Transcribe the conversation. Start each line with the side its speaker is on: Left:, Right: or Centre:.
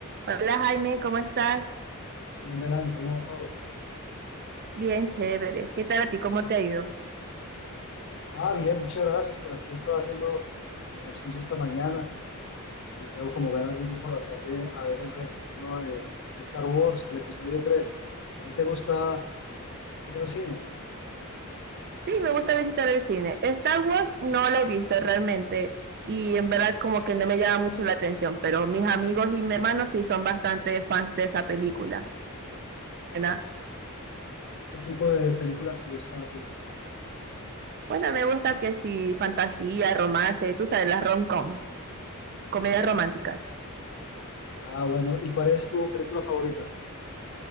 Right: Hola Jaime, ¿cómo estás?
Left: Bien, Melanie, ¿cómo va todo?
Right: Bien, chévere. ¿Qué tal a ti? ¿Cómo te ha ido?
Left: Ah, bien, muchas gracias. Por aquí estaba haciendo ejercicio esta mañana y tengo como ganas de ir por la tarde a ver el reestreno de, de Star Wars, el episodio 3. ¿A ti te gusta ir al cine?
Right: Sí, me gusta visitar el cine. Star Wars no lo he visto realmente y en verdad como que no me llama mucho la atención, pero mis amigos y mi hermano sí son bastante fans de esa película. ¿verdad?
Left: ¿Qué tipo de películas te gustan a ti?
Right: Bueno, me gusta que sí, fantasía, romance, tú sabes, las rom-coms, comedias románticas.
Left: Ah, bueno, ¿y cuál es tu película favorita?